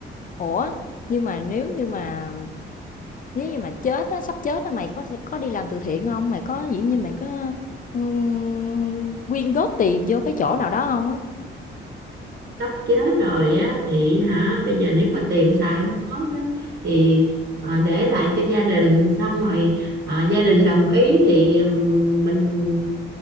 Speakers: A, on the left; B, on the right.
A: ủa, nhưng mà nếu như mà nếu như mà chết á, sắp chết á, mày có sẽ có đi làm từ thiện không, Mày có, kiểu như, mày có, ừm, quyên góp tiền vô cái chỗ nào đó không? á?
B: sắp chết rồi á thì hả bây giờ nếu mà tiền xài không hết á thì ờ, để lại cho gia đình xong rồi ờ, gia đình đồng ý thì ừm, mình